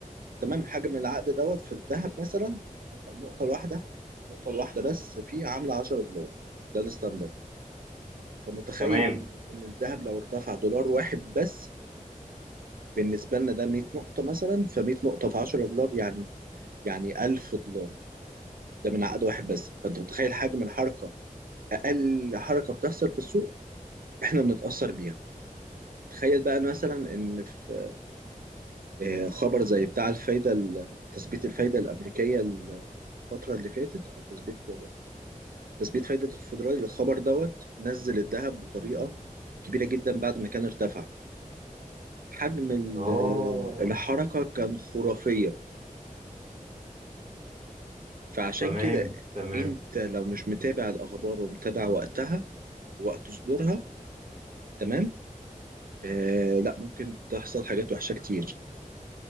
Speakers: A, on the right; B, on the right.
A: تمام حجم العقد دوت في الذهب مثلا تبقى النقطه الواحده النقطه الواحده بس فيه عامله 10 دولار ده الستاندرد فمتخيل
B: تمام
A: ان ان الذهب لو ارتفع دولار واحد بس بالنسبه لنا ده 100 نقطه مثلا ف100 نقطه في 10 دولار يعني يعني 1000 دولار ده من عقد واحد بس فانت متخيل حجم الحركه اقل حركه بتحصل في السوق احنا بنتاثر بيها تخيل بقى مثلا ان في آه، خبر زي بتاع الفايدة ال- تثبيت الفايدة الأمريكية الفترة اللي فاتت أو تثبيت تثبيت فايدة الفيدرالي الخبر دوت نزل الذهب بطريقة كبيرة جدا بعد ما كان ارتفع حجم ال-
B: اه
A: آه، الحركة كان خرافية فعشان
B: تمام
A: كده
B: تمام
A: أنت لو مش متابع الأخبار ومتابع وقتها وقت صدورها تمام آه لا ممكن تحصل حاجات وحشة كتير